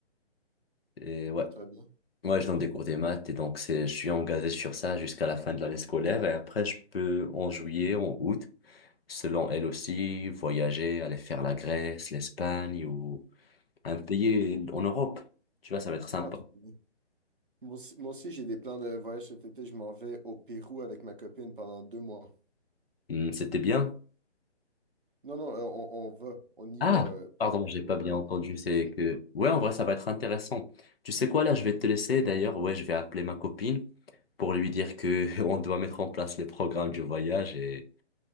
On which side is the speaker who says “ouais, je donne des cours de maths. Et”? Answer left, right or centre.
Left